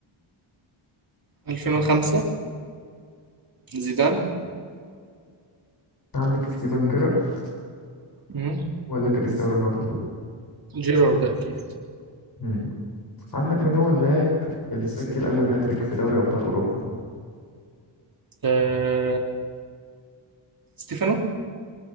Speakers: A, on the right (about 45°); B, on the left (about 45°).
A: 2005 زيدان
B: عندك ستيفن جيرارد
A: مم.
B: ولا كريستيانو رونالدو
A: جيرارد أكيد
B: مم. عندك مين هو اللاعب اللي سجل أول هاتريك في دوري أبطال أوروبا؟
A: آه... ستيفانو